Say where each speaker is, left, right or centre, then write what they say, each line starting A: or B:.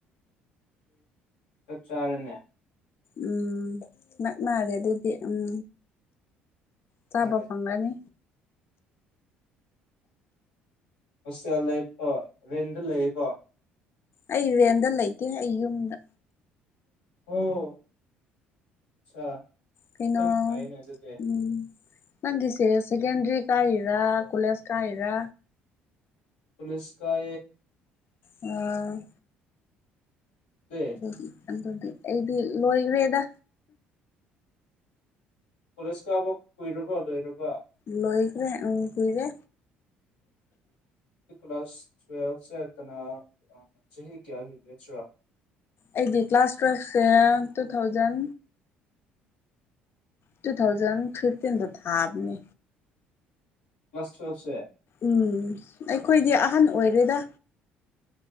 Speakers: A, on the left; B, on the left.
A: ꯆꯞꯆꯥꯔꯅꯦ
B: ꯎꯝ ꯅꯛꯅꯔꯦ ꯑꯗꯨꯗꯤ ꯎꯝ ꯆꯥꯕ
A: ꯍꯥꯏꯔꯦ
B: ꯐꯪꯒꯅꯤ
A: ꯍꯁꯦꯜ ꯂꯩꯀꯣ ꯔꯦꯟꯗ ꯂꯩꯌꯦꯀꯣ
B: ꯑꯩ ꯔꯦꯟꯗ ꯂꯩꯒꯦ ꯑꯩ ꯌꯨꯝꯗ
A: ꯑꯣ ꯑꯆꯥ
B: ꯀꯅ
A: ꯌꯥꯝ ꯐꯩꯅꯦ ꯑꯗꯨꯗꯤ
B: ꯎꯝ ꯅꯪꯒꯤꯁꯦ ꯁꯦꯀꯦꯟꯗꯔꯤ ꯀꯥꯏꯔ ꯀꯣꯂꯦꯖ ꯀꯥꯏꯔ
A: ꯄꯨꯂꯤꯁ ꯀꯑ
B: ꯑ
A: ꯑꯗꯨ
B: ꯑꯗꯨꯗꯤ ꯑꯗꯨꯗꯤ ꯑꯩꯗꯤ ꯂꯣꯏꯋꯦꯗ
A: ꯀꯣꯂꯦꯖꯀ ꯑꯃꯨꯛ ꯀꯨꯏꯔꯕꯣ ꯂꯣꯏꯔꯕ
B: ꯂꯣꯏꯈ꯭ꯔꯦ ꯎ ꯀꯔꯦ
A: ꯀ ꯀ꯭ꯂꯥꯁ ꯇ꯭ꯋꯦꯜꯁ ꯏꯇꯅꯥ ꯆꯍꯤ ꯆꯍꯤ ꯀꯌꯥꯒꯤ ꯦꯆ
B: ꯑꯩꯗꯤ ꯀ꯭ꯂꯥꯁ ꯇꯨꯋꯜꯐꯁꯦ ꯇꯨ ꯊꯥꯎꯖꯟ ꯇꯨ ꯊꯥꯎꯖꯟ ꯐꯤꯐꯇꯤꯟꯗ ꯊꯥꯕꯅꯦ
A: ꯃꯁ ꯃꯁ ꯌꯥꯦ
B: ꯎꯝ ꯑꯩꯈꯣꯏꯗꯤ ꯑꯍꯟ ꯑꯣꯏꯔꯦꯗ